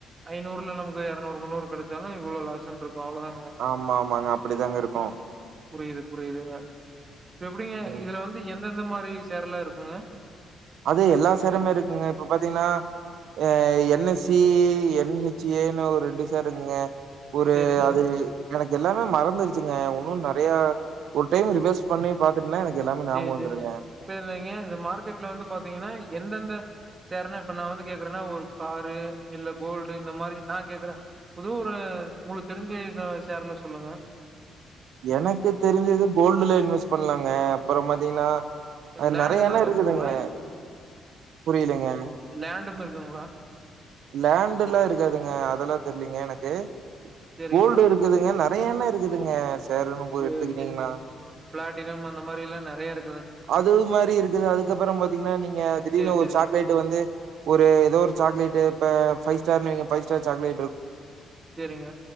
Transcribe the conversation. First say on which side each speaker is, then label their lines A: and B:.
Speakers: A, on the right; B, on the right.
A: ஐநூறுல நமக்கு எரநூறு முன்னூறு கெடச்சாலு இ்வ்ளொ லாசுன்ட்ருக்கு அவ்ளதாங்க
B: ஆமாமாங்க அப்பிடிதாங்க இருக்கு
A: புரியிது புரியிதுங்க இப்ப எப்டிங்க
B: ம்
A: இதுல வந்து எந்தெந்த மாரி ஷேர்லா இருக்குங்க
B: அது எல்லா சேருமே இருக்குங்க இப்ப பாத்தீங்னா A N S C N H A ன்னு ஒர் ரெண்டு சேர்ருக்குங்க ஒரு
A: சரிங்க.
B: அது எனக்கு எல்லாமே மறந்துருச்சுங்க உன்னு நெறையா ஒரு டைம் ரிவெஸ் பண்ணி பாத்துட்டுன்னா எனக்கு எல்லாமே
A: சேரி
B: ஞாப வந்துருங்க
A: சேரிங்க. இப்ப இல்லைங்க இந்த மார்கெட்ல வந்து பாத்தீங்கனா எந்தெந்த சேர்னு இப்ப நா வந்து கேக்குறன்னா ஒரு காரு இல்ல கோல்டு இந்த மாரி நா கேக்குறே புது ஒரு உங்களுக் தெரிஞ்சு இத ஷேர்ல சொல்லுங்க
B: எனக்கு தெரிஞ்சது கோல்டுல இன்வெஸ் பண்லாங்க அப்பறொ பாத்தீங்கனா அ
A: லேண்ட்
B: நறைய
A: எல்லாம்
B: என்ன இருக்குதுங்க
A: இருக்குங்களா?
B: புரியிலங்க
A: லேன்டும் இருக்குங்களா
B: லேன்டுல்லா இருக்காதுங்க அதெல்லா தெர்லிங்க எனக்கு
A: சேரிங்க.
B: கோல்டிருக் இதுலங்க நெறைய என்ன இருக்குதுங்க ஷேருன்னு போ
A: சேரி
B: எடுத்துகிட்டீங்னா
A: சேரிங்க. பிளாட்டினம் அந்த மாரியில்லா நெறைய இரு
B: அது மாரி இருக்குது அதுக்கப்புறொ பாத்தீங்கனா நீங்க திடீனு
A: சேரி சேரிங்க,
B: ஒரு சாக்லேட்டு‌ வந்து ஒரு எதோ ஒரு சாக்லேட்டு இப்ப ஃபைஸ்டார்னு‌ வைங்க ஃபை ஸ்டார் சாக்லேட்ருக்
A: சேரிங்க